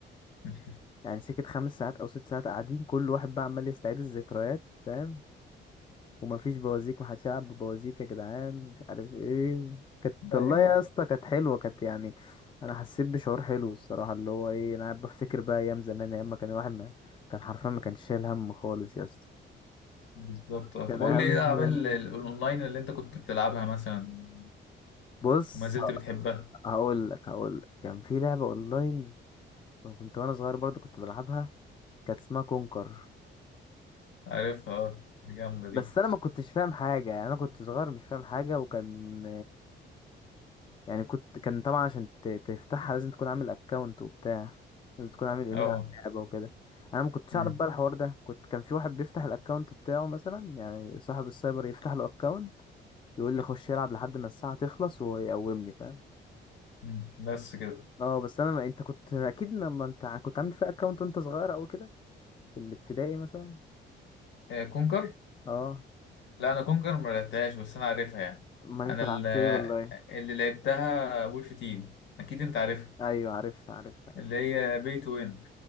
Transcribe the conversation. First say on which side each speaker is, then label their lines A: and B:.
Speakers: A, on the left (about 65°); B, on the left (about 25°).
A: <laughs>
B: يعني سكت خمس ساعات او ست ساعات قاعدين كل واحد بقى عمال يستعيد الذكريات فاهم ومفيش بوازيك محدش يلعب ببوازيك يا جدعان مش عارف ايه كانت
A: ايوه
B: والله يا اسطى كانت حلوه كانت يعني انا حسيت بشعور حلو الصراحه اللي هو ايه انا قاعد بفتكر بقى ايام زمان ايام ما كان الواحد ما كان حرفيا ما كانش شايل هم خالص يا اسطى
A: بالظبط آه.
B: كان
A: طب قول
B: هقول اهم
A: لي ايه الالعاب
B: لك حاجه
A: ال-
B: بقى
A: ال-
B: عندي
A: الاونلاين اللي انت كنت بتلعبها مثلا
B: بص
A: وما زلت بتحبها
B: هقول لك هقول لك كان في لعبه اونلاين كنت وانا صغير برضو كنت بلعبها كانت اسمها كونكر
A: عارفها اه دي جامده
B: بس
A: دي
B: انا ما كنتش فاهم حاجه يعني انا كنت صغير مش فاهم حاجه وكان يعني كنت كان طبعا عشان ت- تفتحها لازم تكون عامل اكونت وبتاع لازم تكون عامل ايميل
A: اه
B: على اللعبة وكده انا ما كنتش
A: أمم،
B: اعرف بقى الحوار ده كنت كان في واحد بيفتح الاكونت بتاعه مثلا يعني صاحب السايبر يفتح له اكونت يقول لي خش يلعب لحد ما الساعة تخلص ويقومني فاهم
A: أمم. بس كده
B: اه بس انا ما انت كنت اكيد لما انت ع- كنت عامل فيها اكونت وانت صغير او كده في الابتدائي مثلا
A: آه، كونكر
B: اه
A: لا انا كونكر ما لعبتهاش بس انا عارفها يعني
B: امال انت
A: انا ال-
B: لعبت ايه اونلاين
A: اللي لعبتها وولف تيم اكيد انت عارفها
B: ايوه عارفها عارفها عارفها
A: اللي هي بي تو وين